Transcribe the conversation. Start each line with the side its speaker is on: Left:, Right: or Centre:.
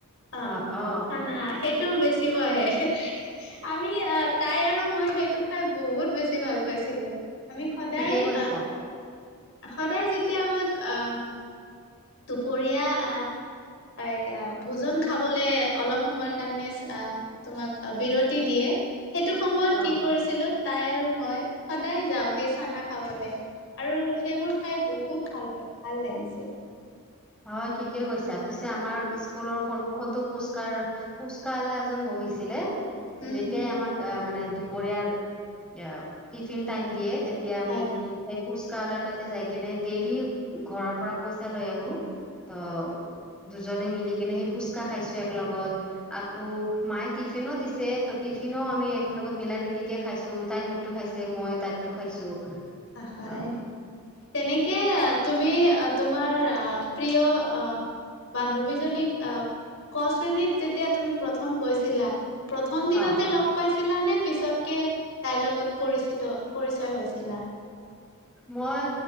Left: অঁ
Centre: অ অ
Left: চানা, সেই- বেছি পঢ়ে। আমি, তাই আৰু মই সেইটো খাই বহুত বেছি- ভাল পাইছিলোঁ। আমি সদায়
Centre: ঠিকে কৈছা
Left: আহ সদায় যেতিয়া আমাক আহ- দুপৰীয়া আহ- তাই আ ভোজন খাবলে অলপ সময়ৰ কাৰণে- তোমাক বিৰতি দিয়ে, সেইটো সময়ত
Centre: অ
Left: কি কৰিছিলোঁ- তাই আৰু মই সদায় যাওঁ সেই চানা খাবলে। আৰু সেইবোৰ খাই বহুত ভাল পাই, ভাল লাগিছে।
Centre: হয় ঠিকে কৈছা, পিছে আমাৰ স্কুলৰ সন্মুখতো পুচকাৰ পুচ কালা এজন বহিছিলে, ত
Left: উম
Centre: যেতিয়াই আমাক আ মানে দুপৰীয়াৰ ইয়া টিফিন টাইম দিয়ে তেতিয়া আমি
Left: হয়
Centre: সে ফুচকাৱালাৰ তাতে যাই কেনে ডেইলি ঘৰৰ পৰা পইচা লৈ আহো ত দুজনে মিলি কিনে সেই ফুচকা খাইছো এক লগত আকৌ মায়ে টিফিনো দিছে, ত' টিফিনো আমি এক লগত মিলা প্ৰীতিকে খাইছো তাই টো খাইছে মই তাইৰটো খাইছো।
Left: আহ খায়।
Centre: অ
Left: তেনেকে আ তুমি আ তোমাৰ আহ প্ৰিয় আহ বান্ধৱীজনীক আহ ক শ্ৰেণীত যেতিয়া তুমি প্ৰথম গৈছিলা প্ৰথম
Centre: হয়
Left: দিনতে লগ পাইছিলা নে পিছতকে তাইৰ লগত পৰিচিত পৰিচয় হৈছিলা?
Centre: মই